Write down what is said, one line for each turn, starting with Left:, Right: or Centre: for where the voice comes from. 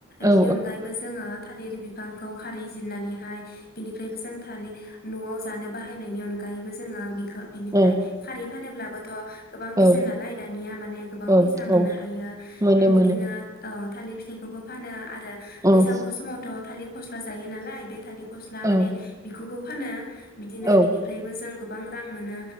Left: बिनि
Right: औ
Left: अनगायैबो जोङो थालिर बिफांखौ खारै जिरनानैहाय बिनिफ्रायबो जों थालिर न'आव जानो बाहायनायनि अनगायैबो जोङो बिखो बिनिफ्राय
Right: ओम
Left: खारै फानोब्लाबोथ' गोबां बेसेन
Right: औ
Left: नालाय दानिया माने गोबां
Right: औ
Left: फैसा मोननो
Right: औ
Left: हायो
Right: मोनो
Left: बिदिनो
Right: मोनो
Left: ओ थालिर फिथाइखौबो फानो। आरो बैसागु
Right: ओम
Left: समावथ' थालिर फस्ला जायो नालाय बे थालि फस्ला माने
Right: औ
Left: बेखौबो फानो बिदिनो
Right: औ
Left: बिनिफ्रायबो जों गो गोबां रां मोनो।